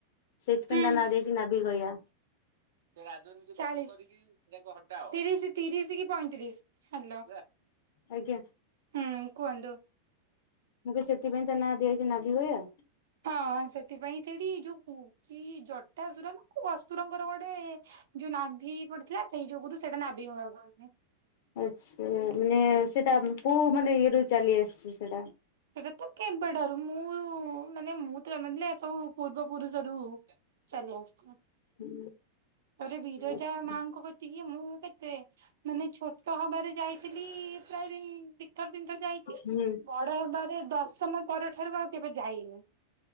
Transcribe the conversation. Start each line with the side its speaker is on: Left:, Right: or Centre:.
Left: ସେଥିପାଇଁ
Right: ହୁଁ
Left: ତା ନା ଦିଆଯାଇଚି ନାଭି ଗୟା।
Right: <unintelligible> ଚା ତିରିଶ ତିରିଶ କି ପଇଁତିରିଶ, ହ୍ୟାଲୋ
Left: ଆଜ୍ଞା।
Right: ହୁଁ କୁହନ୍ତୁ।
Left: ମୁ ସେଥିପାଇଁ ତା ନା ଦିହଅଛି ନାଭିଗୟା।
Right: ହଁ ସେଥିପାଇଁ ସେଇଠି ଯୋଉ କି ଜଟାସୁର ନା କ ଅସୁରଙ୍କର ଗୋଟେ ଯୋଉ ନାଭି ପଡିଥିଲା ସେଇ ଯୋଗୁରୁୁ ସେଇଟା ନାଭିଙ୍ଗାକୁିବେ।
Left: ଆଛ ମାନେ ସେଟା କୋଉ ମାନେ ଇଏ ରୁ ଚାଲି ଆସିଚି ସେଟା।
Right: ସେଟାତ କେବେ ଠାରୁ ମୁଁ ମାନେ ମୁଁତ <unintelligible> ସବୁ ପୂର୍ବ ପୁରୁଷରୁ ଚାଲି ଆସଚି।
Left: ହୁଁ।
Right: ରେ ବିରଜାମାଙ୍କୁ
Left: ଆଚ୍ଛା
Right: କତିକୁ ମୁଁ କେତେ ମାନେ ଛୋଟ ହବାରେ ଯାଇଥିଲି ପ୍ରାୟ ଦିଇଥର ତିନିଥର ଯାଇଚି।
Left: ହୁଁ।
Right: ବଡ଼ ହେବାରେ ଦଶମ ପରଠାରୁ ଆଉ କେବେ ଯାଇନି।